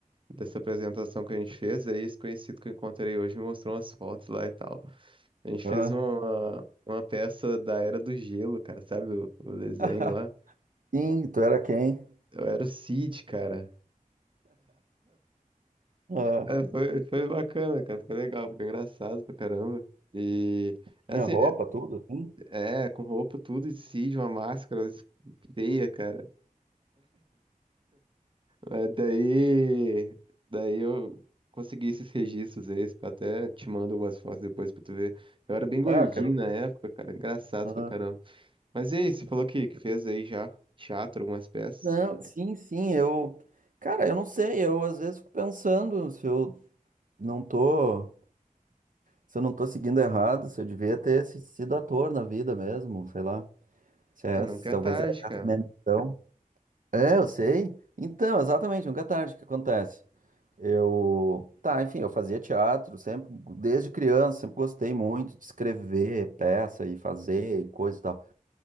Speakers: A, on the right (about 35°); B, on the right (about 65°).
A: dessa apresentação que a gente fez, aí esse conhecido que eu encontrei hoje me mostrou umas fotos lá e tal. A gente
B: ah.
A: fez uma uma peça da Era do Gelo, cara, sabe o, o desenho
B: <laughs>
A: lá?
B: Sim, tu era quem?
A: Eu era o Cid, cara.
B: Ah,
A: É, foi, foi bacana, cara, foi legal, foi engraçado pra caramba. E é
B: tinha
A: assim,
B: roupa, tudo, assim?
A: é, é, com roupa tudo de Cid, uma máscara feia, cara. É, daí, daí eu consegui esses registros aí, pra até te mando umas fotos depois pra tu ver. Eu era bem gordinho
B: Ah, quero.
A: na época, cara, engraçado
B: Ah.
A: pra caramba. Mas e aí, você falou que, que fez aí já teatro, algumas peças?
B: Não, sim, sim, eu. Cara, eu não sei, eu às vezes fico pensando se eu não tô. Se eu não tô seguindo errado, se eu devia ter se- sido ator na vida mesmo, sei lá. Chess,
A: Ah, não quer
B: talvez
A: tarde,
B: é essa
A: cara.
B: mesmo. Então, é, eu sei. Então, exatamente, nunca é tarde o que acontece. Eu, tá, enfim, eu fazia teatro sempre, desde criança, sempre gostei muito de escrever peça e fazer e coisa e tal.